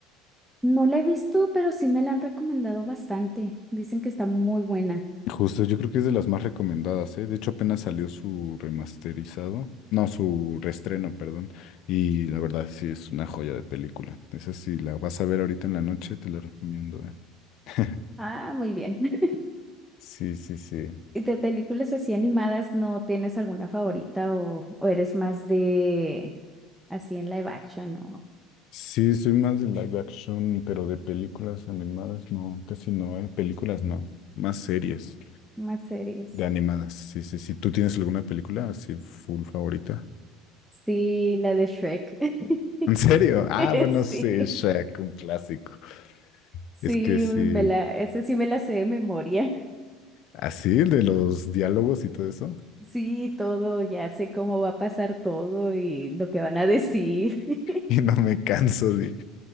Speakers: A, in the centre; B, on the left (about 55°).
A: No la he visto, pero sí me la han recomendado bastante. Dicen que está muy buena.
B: Justo, yo creo que es de las más recomendadas, ¿eh? De hecho, apenas salió su remasterizado, no, su reestreno, perdón, y la verdad sí es una joya de película. Esa sí, la vas a ver ahorita en la noche, te la recomiendo, ¿eh? <laughs>
A: Ah, muy bien. <laughs>
B: Sí, sí, sí.
A: ¿Y de películas así animadas no tienes alguna favorita o, o eres más de así en live action o
B: Sí, soy más de live action, pero de películas animadas no, casi no, ¿eh? Películas no, más series
A: más series?
B: de animadas. Sí, sí, sí. ¿Tú tienes alguna película así full favorita?
A: Sí, la de Shrek. <laughs>
B: <laughs> ¿En serio? Ah, bueno,
A: Sí,
B: sí, Shrek, un clásico.
A: sí,
B: Es que sí,
A: me la, esa sí me la sé de memoria. <laughs>
B: así, el de los diálogos y todo eso. <laughs>
A: Sí, todo, ya sé cómo va a pasar todo y lo que van a decir. <laughs>
B: Y no me canso de...